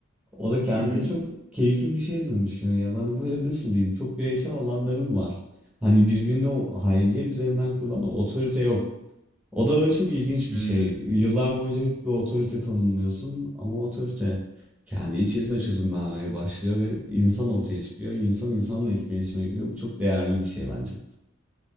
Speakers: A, in the centre; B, on the right (about 80°).
A: O da kendince
B: Hı hı.
A: çok keyifli bir şeye dönüşüyor. Ya da hani böyle nasıl diyeyim çok bireysel alanların var. Hani birbirine o aile üzerinden kurulan o otorite yok. O da böyle çok ilginç
B: Hmm.
A: bir şey. Yıllar boyunca hep bir otorite tanımlıyorsun ama o otorite kendi içerisinde çözümlenmeye başlıyor ve insan ortaya çıkıyor. İnsan insanla etkileşime giriyor. Bu çok değerli bir şey bence.